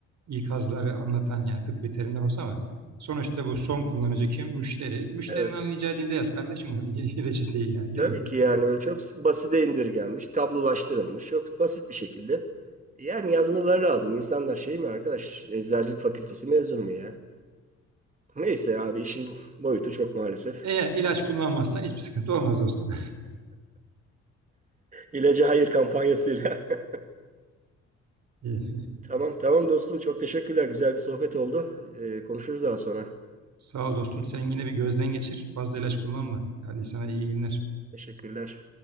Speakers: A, on the right (about 65°); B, on the right (about 25°).
A: İkazları anlatan yani tıbbi terimler olsa ama sonuçta bu son kullanıcı kim? Müşteri. Müşterinin
B: evet.
A: anlayacağı dilde yaz kardeşim o <laughs> reçeteyi yani
B: Tabii
A: değil mi?
B: ki yani böyle çok basite indirgenmiş, tablolaştırılmış, çok basit bir şekilde. Yani yazmaları lazım. İnsanlar şey mi arkadaş, eczacılık fakültesi mezunu mu ya? Neyse abi işin boyutu çok maalesef.
A: Eğer ilaç kullanmazsan hiçbir sıkıntı olmaz dostum.
B: İlaca hayır kampanyasıyla. <laughs>
A: <laughs> İyi.
B: Tamam tamam dostum çok teşekkürler. Güzel bir sohbet oldu. Ee, konuşuruz daha sonra.
A: Sağ ol dostum. Sen yine bir gözden geçir. Fazla ilaç kullanma. Hadi sana iyi günler.
B: Teşekkürler.